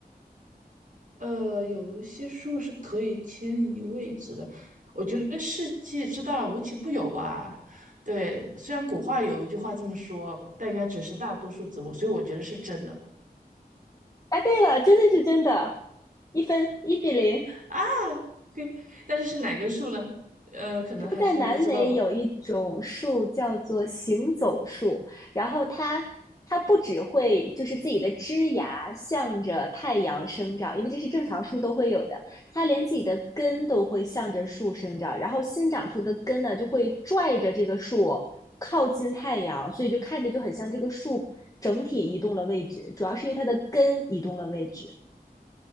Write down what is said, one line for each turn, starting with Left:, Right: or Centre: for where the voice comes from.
Right: 呃，有一些树是可以迁移位置的，我觉得世界之大无奇不有吧。对，虽然古话有一句话这么说，但应该只是大多数植物，所以我觉得是真的
Left: 哎，对了，真的是真的，一分一比零。
Right: 啊。对，但是是哪个树呢？呃，可能还是不知道吧。
Left: 在南美有一种树叫做行走树，然后它它不只会就是自己的枝芽向着太阳生长，因为这是正常树都会有的，它连自己的根都会向着树生长，然后新长出的根呢就会拽着这个树靠近太阳，所以就看着就很像这个树整体移动了位置，主要是因为它的根移动了位置，